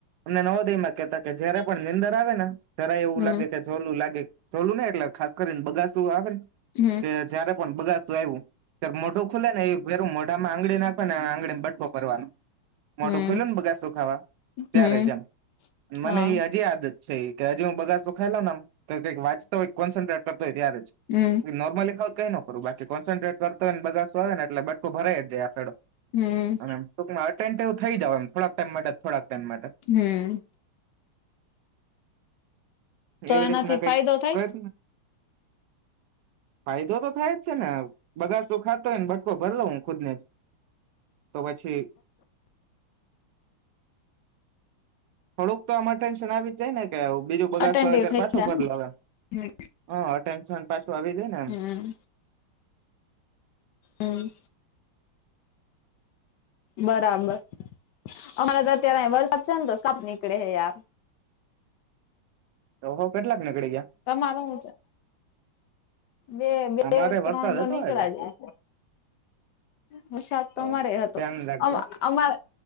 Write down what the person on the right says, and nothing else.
અમને નવોદય માં કેતા કે જયારે પણ નીંદર આવે ને જરાય એવું
લાગે કે જોલું લાગે જોલું નહી એટલે ખાસ કરીને બગાસું આવે ને
એ જયારે પણ બગાસું આવ્યું ત્યારે મોઢું ખુલે ને એ પે મોઢામાં આંગળી નાખવાની ને આંગળીને બટકો ભરવાનું. મોઢું
ખોલ્યું ને બગાસો ખાવા ત્યારે
જમ એમ
મને એ હજી આદત જ છે કે હજી હું બગાસુ ખાઈ લઉ આમ કઈક વાચતો, કોન્સન્ટ્રેટ કરતો હોય ત્યારે જ.
નોર્મલી ખાવ કઈ નો કરું બાકી કોન્સન્ટ્રેટ કરતો હયને બગાસો આવે ને એટલે બટકો ભરે. જે આ છોડો
અને આમ ટૂકમાંટે અટેન્ડ થઈ જાવ એમ થોડાક ટાઈમ થોડાક માટે ટાઈમ માટે.
એવી
રીતના કઈક
કઈ ફાયદો તો થાય જ છે ને બગાસું ખાતો હોય ને બટકો ભર લઉ હું ખુદ ને. તો પછી થોડુંક તો આમાં ટેન્શન આવી જ જાય ને કે બીજું બગાસ
આવેય ત્યારે
પાછો
ભર લાવ એમ.
અહ અટેન્શન પાછું આવી જાય ને એમ.
તો હો કેટલાક નિકળી ગયા?
અમારે
વરસાદ
હતો
આજે
ઓહો
ધ્યાન રાખજે